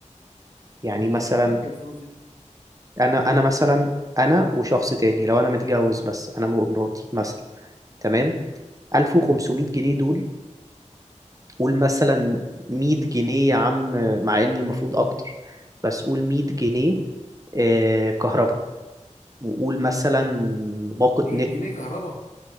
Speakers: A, on the right (about 25°); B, on the left (about 80°).
A: يعني
B: مش
A: مثلا
B: هيكفيك الفلوس دي
A: انا انا مثلا انا وشخص تاني لو انا متجوز بس انا ومراتي مثلا تمام 1500
B: مم.
A: جنيه دول قول مثلا 100 جنيه يا عم مع ان المفروض اكتر بس قول 100 جنيه آه، كهرباء وقول مثلا باقة
B: 100
A: نت
B: جنيه كهرباء